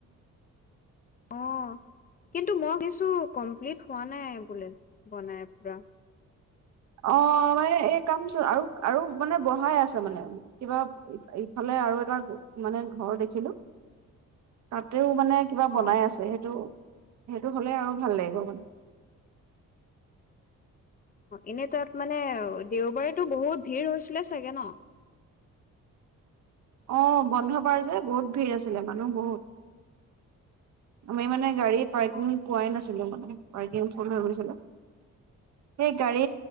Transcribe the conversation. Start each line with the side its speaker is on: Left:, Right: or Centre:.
Left: অ কিন্তু মই কিছু কমপ্লিট হোৱা নাই বোলে বনাই পুৰা
Right: অ মানে এই কাম আৰু আৰু মানে বঢ়াই আছে মানে কিবা ইফালে আৰু এটা মানে ঘৰ দেখিলো তাতেও মানে কিবা
Left: অ
Right: বনাই আছে সেইটো সেইটো হলে আৰু ভাল লাগিব মানে
Left: এনেই তাত মানে অ দেওবাৰেতো বহুত ভিৰ হৈছে দিলে চাগে ন
Right: অ বন্ধ বাৰ যে বহুত ভিৰ আছিলে মানুহ বহুত আমি মানে গাড়ী পাৰ্কিং
Left: অ
Right: পোৱাই নাছিলো মানে পাৰ্কিং ফুল হৈ গৈছিলে সেই গাড়ী